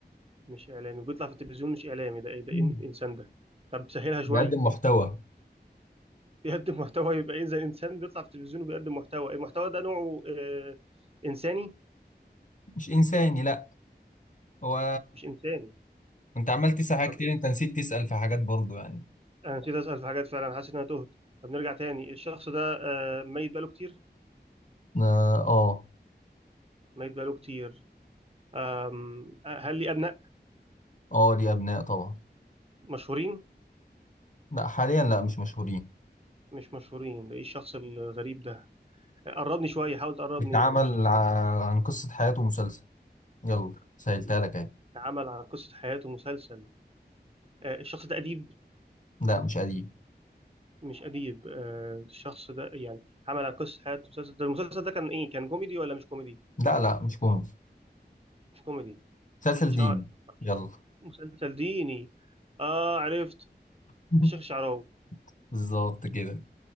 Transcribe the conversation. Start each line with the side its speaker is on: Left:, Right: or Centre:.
Right: مش إعلامي وبيطلع في التلفزيون مش إعلامي ده إيه ده
Left: مم.
Right: إيه الإنسان ده طب سهلها شوية
Left: بيقدم محتوى
Right: <laughs> بيقدم محتوى يبقى إيه زي إنسان بيطلع في التلفزيون وبيقدم محتوى المحتوى ده نوعه آه إنساني
Left: مش انساني لا هو
Right: مش إنساني
Left: انت عمال تسأل حاجات
Right: طب
Left: كتير
Right: إيه
Left: انت نسيت تسأل في حاجات برضه يعني
Right: انا نسيت اسال في حاجات فعلا حاسس ان انا تهت طب نرجع تاني الشخص ده آه، ميت بقاله كتير
Left: اه اه
Right: ميت بقاله كتير آم، آه، هل لي ابناء
Left: آه، ليه أبناء طبعا
Right: مشهورين
Left: لا حاليا لا مش مشهورين
Right: مش مشهورين ده ايه الشخص الغريب ده آه، قربني شويه حاول تقربني
Left: بيتعمل
Right: للشخص
Left: ع-
Right: ده
Left: عن قصة حياته مسلسل يلا سهلتها لك اهي
Right: اتعامل عن قصه حياته مسلسل آه، الشخص ده اديب
Left: لا مش قديم
Right: مش اديب آه، الشخص ده يعني اتعامل على قصه حياته مسلسل ده المسلسل ده كان ايه كان كوميدي ولا مش كوميدي
Left: لا لا مش مهم
Right: مش كوميدي
Left: مسلسل
Right: شا...
Left: ديني يلا
Right: مسلسل ديني اه عرفت
Left: <laughs>
Right: الشيخ الشعراوي
Left: بالظبط كده